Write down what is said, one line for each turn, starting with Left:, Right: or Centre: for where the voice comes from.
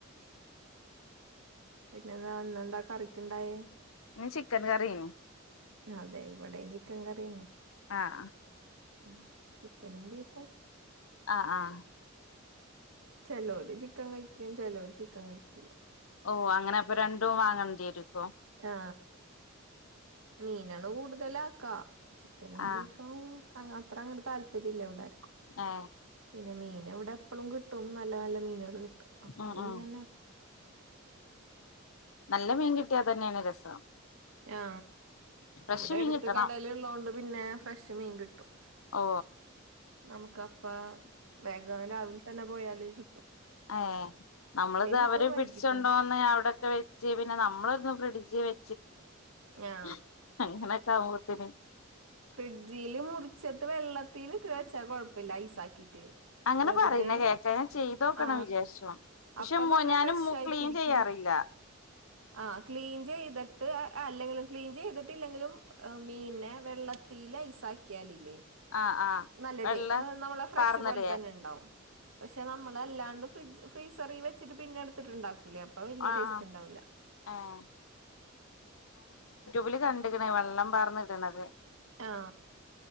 Right: പിന്നതാ ന്നന്താ കറിക്ക്ണ്ടായേ
Left: ന് ചിക്കൻ കറിഏനി
Right: അതെ ഇവിടേം ചിക്കം കറിഎന്നെ
Left: ആഹ്
Right: ഉം ചിക്കനും ബീഫും
Left: ആഹ് ആഹ്
Right: ചെലോര് ചിക്കം കഴ്ക്കും ചെലോര് ചിക്കം കഴ്ക്കില്ല
Left: ഓ അങ്ങനെ അപ്പം രണ്ടും വാങ്ങെണ്ടിഎരും
Right: ആ മീനാണ് കൂടുതലാക്ക ചിക്കനും
Left: ആഹ്
Right: ബീഫും അ അത്ര അങ്ങട്ട് താല്പര്യ ല്ല വ്ടാരാകും
Left: ആ
Right: പിന്നെ മീന് ഇവിടെ എപ്പളും കിട്ടും ന്നല്ല ന്നല്ല മീനള് കിട്ടും അപ്പം
Left: ഉം
Right: മീനെന്നാക്കും
Left: ഉം ന്നല്ല മീം കിട്ടിആ അതെന്നെണ് രസം
Right: ആ
Left: ഫ്രഷ്
Right: ഇവടെ
Left: മീൻ
Right: എട്ത്ത്
Left: കിട്ടണം
Right: കടല് ള്ളോണ്ട് പിന്നെ ഫ്രഷ് മീം കിട്ടും
Left: ഓ
Right: ന്നമുക്ക് അപ്പ വേഗം രാവിൽ തന്നെ പോയാല് ക്
Left: ആ ന്നമ്മള്ത്
Right: കിട്ടും
Left: അവര്
Right: വൈകിട്ടും
Left: പിടിച്ചണ്ടോന്നെ
Right: കിട്ടും
Left: ഔടൊക്കെ വെച്ച് പിന്നെ ന്നമ്മളൊന്ന് ഫ്രിട്ജ് വെ
Right: ഞാ
Left: <unintelligible> അങ്ങനൊക്കാഉമ്പോത്തിന്
Right: ഫ്രിഡ്ജീല് മുറിച്ചിട്ട് വെള്ളത്തീലിട്ട് വെച്ചാ കൊഴപ്പല്ല ഐസാക്കിട്ട് റ്റ്
Left: അങ്ങനെ
Right: വെറുതെ
Left: പറയുന്ന കേക്കാ ഞാൻ ചെയ്തോക്കണം
Right: ആ
Left: വിചാരിച്ചു പക്ഷെ
Right: അപ്പം ന്നല്ല
Left: മോ ഞാനും
Right: ഫ്രഷായിട്ടിരിക്കും
Left: മു ക്ലീൻ ചെയ്യാറില്ല
Right: ആ ക്ലീൻജെ ത്ട്ട് അല്ലെങ്കിലും ക്ലീൻ ചെയ്തിട്ട്ല്ലെങ്കിലും മീൻനെ വെള്ളത്തീല് ഐസാക്യാല് ല്ലേ
Left: ആഹ് ആഹ്
Right: നല്ല
Left: വെള്ളം
Right: ട്ടെ ഏ ന്നമ്മളെ ഫ്രഷ്
Left: പാർന്നിടേ
Right: പോൽ തന്നെ ണ്ടാവും പക്ഷെ നമ്മളെല്ലാണ്ട് ഫ്ര് ഫ്രീസറീ വെച്ചിട്ട് പിന്നട്ത്ത്ട്ട്ണ്ടാ ക്കുലേ അപ്പ വെല്ല്യ
Left: ആഹ്
Right: ടേസ്റ്റ്
Left: ആഹ്
Right: ണ്ടാഊല
Left: ഏഹ് വല്കണ്ട്ക്ണ് വെള്ളം പാർന്ന്ടണത്
Right: ആ